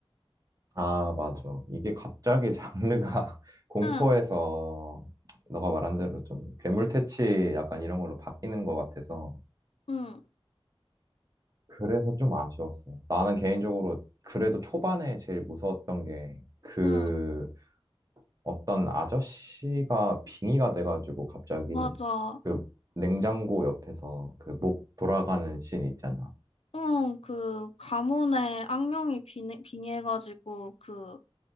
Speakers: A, on the right; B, on the left.
A: 아, 맞아. 이게 갑자기 장르가 <laughs> 공포에서
B: 응,
A: 너가 말한 대로 좀 괴물 퇴치 약간 이런 걸로 바뀌는 것 같아서
B: 응,
A: 그래서 좀 아쉬웠어. 나는 개인적으로 그래도 초반에 제일 무서웠던 게그
B: 응,
A: 어떤 아저씨가 빙의가 돼가지고 갑자기
B: 맞아.
A: 그 냉장고 옆에서 그 목 돌아가는 씬 있잖아.
B: 응, 그 가문에 악령이 빙해, 빙해가지고 그